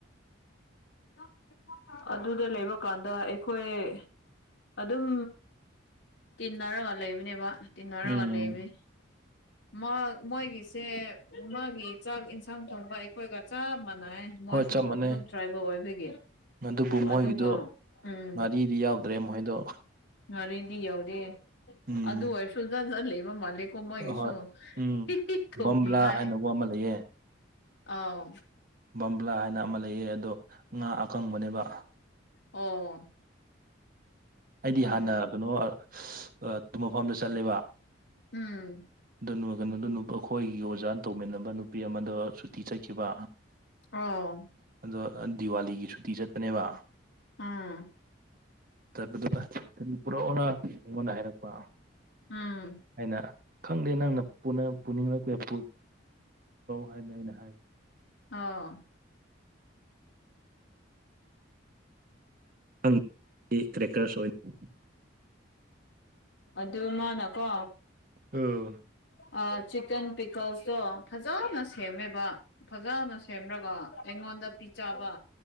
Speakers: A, on the left; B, on the right.
A: <unintelligible> ꯑꯗꯨꯗ ꯂꯩꯕ ꯀꯥꯟꯗ ꯑꯩꯈꯣꯏ ꯑꯗꯨꯝ ꯇꯤꯟꯅꯔꯒ ꯂꯩꯕꯅꯦꯕ ꯇꯤꯟꯅꯔꯒ
B: ꯎꯝ
A: ꯂꯩꯕꯅꯤ ꯃ ꯃꯣꯏꯒꯤꯁꯦ ꯃꯥꯒꯤ ꯆꯥꯛ ꯏꯟꯁꯥꯡ ꯊꯣꯡꯕ ꯑꯩꯈꯣꯏꯒ ꯆꯞ ꯃꯥꯟꯅꯩꯌꯦ ꯃꯣꯏꯁꯨ
B: ꯍꯣꯏ ꯆꯞ ꯃꯥꯟꯅꯩ
A: ꯑꯗꯨꯝ ꯇ꯭ꯔꯥꯏꯕꯦꯜ ꯑꯣꯏꯕꯒꯤ
B: ꯑꯗꯨꯕꯨ ꯃꯣꯏꯒꯤꯗꯨ
A: ꯑꯗꯨꯒ ꯎꯝ
B: ꯉꯥꯔꯤꯗꯤ ꯌꯥꯎꯗ꯭ꯔꯦ ꯃꯣꯏꯗꯣ
A: ꯉꯥꯔꯤꯗꯤ ꯌꯥꯎꯗꯦ
B: ꯎꯝ
A: ꯑꯗꯨ ꯑꯣꯏꯔꯁꯨ <unintelligible> ꯂꯩꯕ ꯃꯥꯜꯂꯦ ꯀꯣ ꯃꯣꯏꯒꯤꯁꯨꯨ
B: ꯑꯍꯣꯏ ꯎꯝ
A: <unintelligible>
B: ꯕꯝꯕ꯭ꯂꯥ
A: ꯅꯤꯉꯥꯏ
B: ꯍꯥꯏꯅꯀꯣ ꯑꯃ ꯂꯩꯌꯦ
A: ꯑꯥꯎ
B: ꯕꯝꯕ꯭ꯂꯥ ꯍꯥꯏꯅ ꯑꯃ ꯂꯩꯌꯦ ꯑꯗꯣ ꯉꯥ ꯑꯀꯪꯕꯅꯦꯕ
A: ꯑꯣ
B: ꯑꯩꯗꯤ
A: ꯎꯝ
B: ꯍꯥꯟꯅ ꯀꯩꯅꯣ <unintelligible> ꯃꯐꯝꯗ ꯆꯠꯂꯦꯕ
A: ꯎꯝ
B: ꯑꯗꯨꯅ ꯀꯩꯅꯣꯗꯣ ꯑꯩꯈꯣꯏꯒꯤ ꯑꯣꯖꯥ ꯇꯧꯃꯤꯟꯅꯕ ꯅꯨꯄꯤ ꯑꯃꯗꯣ ꯁꯨꯇꯤ ꯆꯠꯈꯤꯕ
A: ꯑꯣ
B: ꯑꯗꯣ ꯗꯤꯋꯥꯂꯤꯒꯤ ꯁꯨꯇꯤ ꯆꯠꯄꯅꯦꯕ
A: ꯎꯝ
B: ꯆꯠꯄꯗꯨ ꯄꯨꯔꯛꯑꯣꯔ ꯑꯩꯉꯣꯟꯗ ꯍꯥꯏꯔꯛꯄ
A: ꯎꯝ
B: ꯑꯩꯅ ꯈꯪꯗꯦ ꯅꯪꯅ <unintelligible> ꯄꯨꯔꯛꯎ ꯍꯥꯏꯅ ꯑꯩꯅ ꯍꯥꯏꯕ
A: ꯑꯣ
B: <unintelligible> ꯑꯣꯏꯅ
A: ꯑꯗꯨ ꯃꯥꯅꯀꯣ
B: ꯑꯥꯎ
A: ꯑ ꯆꯤꯛꯀꯟ ꯄꯤꯀꯜꯁꯇꯣ ꯐꯖꯅ ꯁꯦꯝꯃꯦꯕ ꯐꯖꯅ ꯁꯦꯝꯔꯒ ꯑꯩꯉꯣꯟꯗ ꯄꯤꯖꯕ